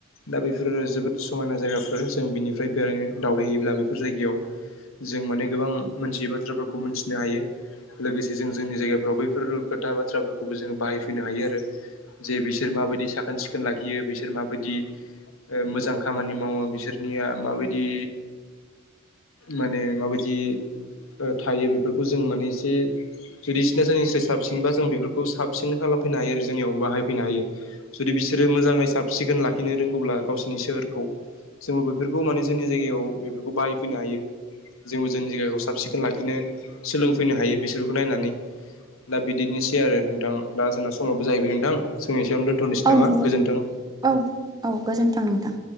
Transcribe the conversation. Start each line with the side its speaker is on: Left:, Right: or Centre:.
Left: दा बेफोरो जोबोद समायना जायगाफोर जों बिनिफ्राय बेरायनो दावबायहैयोब्ला बेफोर जायगायाव जों माने गोबां मोनथियै बाथ्राफोरखौ मिथिनो हायो। लोगोसे जों जोंनि जायगा फोराव बैफोर खोथा बाथ्राफोरखौबो जोङ बाहायफैनो हायो आरोना जे बिसोर माबायदि साखोन सिखोन लाखियो बिसोर माबायदि ओ मोजां खामानि मावो बिसोरनिया माबायदि माने माबायदि ओ थायो बेफोरखौ जों माने एसे जुदि बिसोरना जोंनिफ्राय साबसिनबा जों बेफोरखौ साबसिन खालामफैनो हायो आरो जोंनियावबो बाहायफैनो हायो जुदि बिसोरो मोजाङै साब सिखोन लाखिनो रोंगौब्ला गावसोरनि सोहोरखौ जोङो बेफोरखौ माने जोंनि जायगायाव बेफोरखौ बाहायफैनो हायो जोंबो जोंनि जायगाखौ साब सिखोन लाखिनो सोलोंफैनो हायो बिसोरखौ नायनानै दा बिदिनोसै आरो नोंथां दा जोंना समावबो जाहैबाय नोंथां सोंनि एसेयावनो दोनथ'नोसै
Right: औ
Left: नामा
Right: नंगौ
Left: गोजोन्थों
Right: औ औ गोजोन्थों नोंथां